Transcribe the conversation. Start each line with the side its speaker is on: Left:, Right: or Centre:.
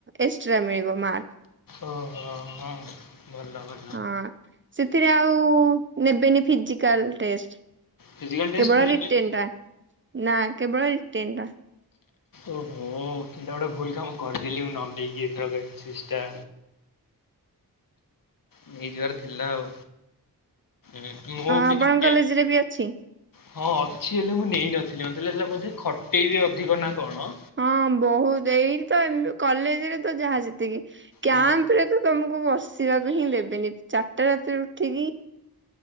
Right: ଏକ୍ସଟ୍ରା ମିଳିବ ମାର୍।
Left: ଓହୋ ହଁ ଭଲ ଭ
Right: ହଁ ସେଥିରେ ଆଉ ନେବେନି ଫିଜିକାଲ ଟେଷ୍ଟ।
Left: ଫିଜିକାଲ ଟେଷ୍ଟ
Right: କେବଳ
Left: ନେବେନି।
Right: ରିଟିନି ଟା ନା କେବଳ ରିଟିନି ଟା।
Left: ଓ ହୋ ଏଇଟା ଗୋଟେ ଭୁଲ କାମ କରିଦେଲିି ନ ନେଇକି ଏଥରକ <inaudible> ଟା। ନେଇ ଯିବାର ଥିଲା ଆଉ ହୁଁ ମୁଁ
Right: ଆପଣଙ୍କ
Left: ବି ଟେ।
Right: କଲେଜରେ ବି ଅଛି?
Left: ହଁ ଅଛି ହେଲେ ମୁଁ ନେଇନଥିଲି ମତେ ଲାଗିଲା ବୋଧେ ଖଟେଇବେ ଅଧିକ ନା କଣ।
Right: ହଁ ବହୁତ ଏଇଠି ତ ଏ କଲେଜ ରେ ତ ଯାହା ଯେତିକି କ୍ୟାମ୍ପ
Left: ହୁଁ।
Right: ରେ ତ। ତମକୁ ବସିବାକୁ ହିଁ ଦେବେନି ଚାରଟା ରାତିରେ ଉଠିକି।